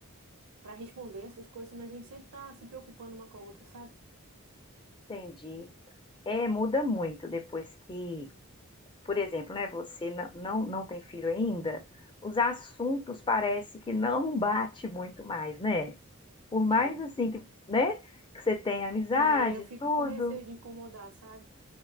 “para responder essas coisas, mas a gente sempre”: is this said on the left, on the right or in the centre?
Right